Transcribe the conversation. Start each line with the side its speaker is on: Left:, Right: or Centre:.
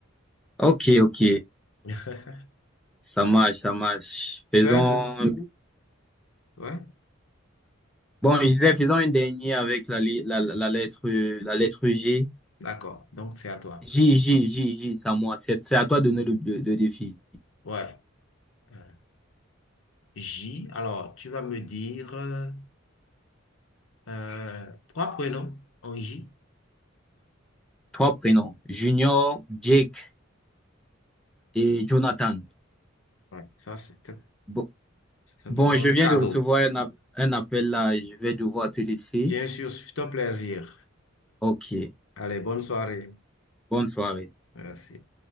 Centre: Ok, ok,
Left: <laughs>
Centre: ça marche, ça marche. Faisons...
Left: Bird, ouais,
Centre: Bon, je disais, faisons une dernière avec la, li- la, la la lettre, la lettre G.
Left: d'accord, donc c'est à toi.
Centre: J, J, J, J, c'est à moi. C'est c'est à toi de donner le, le- le défi.
Left: Ouais, euh, J, alors tu vas me dire euh, euh, trois prénoms en J.
Centre: Trois prénoms. Junior, Jake et Jonathan.
Left: Ouais, ça c'était
Centre: Bon,
Left: simplement
Centre: bon, je
Left: un
Centre: viens
Left: cadeau.
Centre: de recevoir un, a- un appel là. Je vais devoir te laisser.
Left: Bien sûr, c'est un plaisir.
Centre: Ok.
Left: Allez, bonne soirée.
Centre: Bonne soirée.
Left: Merci.